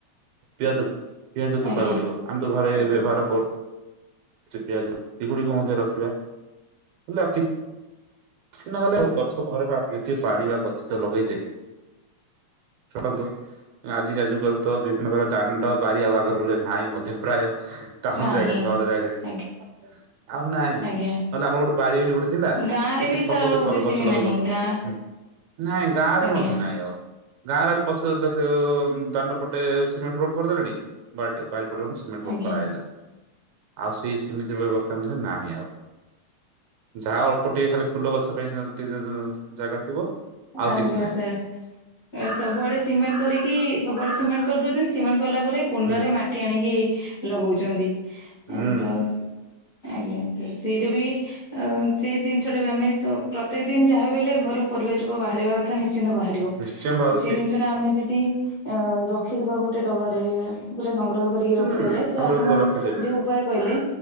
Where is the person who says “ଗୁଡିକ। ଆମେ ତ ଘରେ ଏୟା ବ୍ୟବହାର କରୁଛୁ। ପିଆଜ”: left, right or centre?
Right